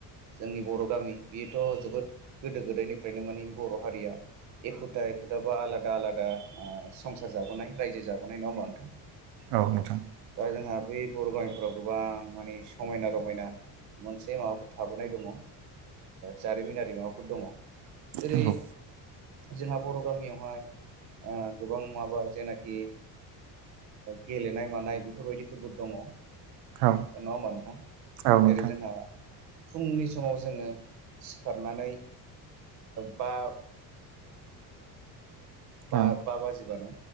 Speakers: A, on the right; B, on the right.
A: जोंनि बर' गामि बेयोथ' जोबोद गोदो गोदायनिफ्रायनो माने बर' हारिया एखुथा एखुथा बा आलादा आलादा संसार जाबोनाय रायजो जाबाय नङा होनबा नोंथां
B: औ नोंथां
A: ओ जोंहा बै बर' गामिफोराव गोबां माने समायना रमायना मोनसे माबाफोर थाबोनाय दङ जारिमिनारि माबाफोर दङ। जेरै
B: नंगौ
A: जोंहा बर' गामियावहाय गोबां माबा जेनाखि गेलेनाय मानाय बेफोरबायदिफोरबो दङ नङा
B: औ
A: होमबा नोंथां
B: औ
A: जेरै
B: नोंथां
A: जोंहा फुंनि समाव जोङो सिखारनानै बा बा
B: औ
A: बाजिबानो